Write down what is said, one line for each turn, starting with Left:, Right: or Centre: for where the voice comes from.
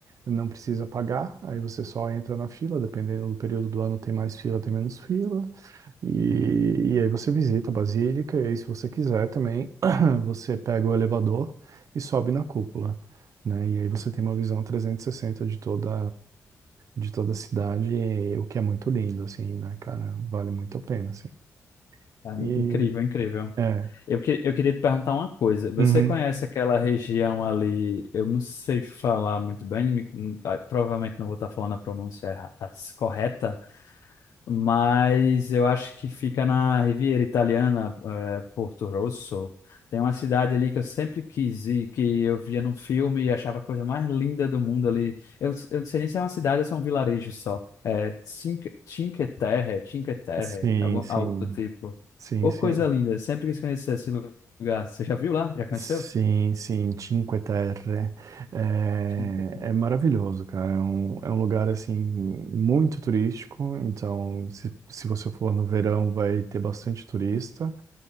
Right: não precisa pagar, aí você só entra na fila, dependendo do período do ano tem mais fila, tem menos fila. E, e aí você visita a Basílica, e aí, se você quiser também, <clears throat> você pega o elevador e sobe na cúpula, né? E aí você tem uma visão 360 de toda, de toda a cidade, e- o que é muito lindo, assim, né, cara? Vale muito a pena, assim.
Left: Ah,
Right: E,
Left: incrível, incrível.
Right: é,
Left: Eu, que- eu queria te perguntar uma coisa. Você
Right: uhum,
Left: conhece aquela região ali? Eu não sei falar muito bem, me- hum, ah, provavelmente não vou estar falando a pronúncia erra- as- correta, mas eu acho que fica na Riviera Italiana, eh, Porto Rosso. Tem uma cidade ali que eu sempre quis ir, que eu via num filme e achava a coisa mais linda do mundo ali. Eu, eu não sei nem se é uma cidade ou se é um vilarejo só. É Cinque, Cinque Terre, Cinque Terre,
Right: sim,
Left: algum,
Right: sim,
Left: algo do tipo.
Right: sim,
Left: Ô,
Right: sim.
Left: coisa linda, eu sempre quis conhecer esse lugar. Você já viu lá? Já conheceu?
Right: Sim, sim, Cinque Terre. É,
Left: Cinque-
Right: é maravilhoso, cara. É um, é um lugar, assim, muito turístico. Então, se, se você for no verão, vai ter bastante turista.